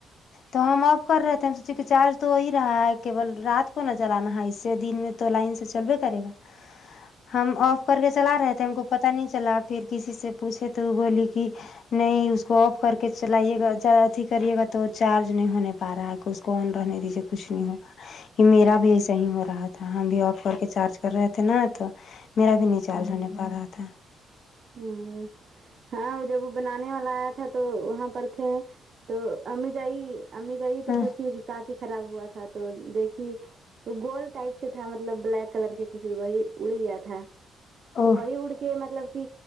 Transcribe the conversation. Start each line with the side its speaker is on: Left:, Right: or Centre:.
Left: تو ہم آف کر رہے تھے ہم سوچے کی چارج تو ہی رہا ہے کیول رات کو نہ چلانا ہے اس سے دن میں تو لین سے چل بھی کرے گا ہم آف کر کےچالا رہے تھے پتہ نہیں چلا پھر کسی سے پوچھے تو بولی کی نہیں اس کو آف کر کے چلائیے گا جاتی کریے گا تو چارج نہیں ہونے پا رہا ہے کہ اس کو آن رہنے دیجیے کچھ نہیں ہوگا میرا بھی ایسا ہی ہو رہا تھا ہم بھی آف کر کے چارج کر رہے تھے نا تو میرا بھی نہیں چارچ ہونے پا رہا تھا
Right: ہمم ہاں آو جب بنانے والا آیا تھا تو وہاں پر تھے تو امی گئی امی گئی تو
Left: ہاں
Right: پوچھے گی تاکی خراب ہوا تھا تو دیکھیے وہ گول ٹائپ سے تھا مطلب بلیک کلر کے کچھ وہی اڑ گیا تھا
Left: او
Right: تو وہی اڑ کے مطلب کی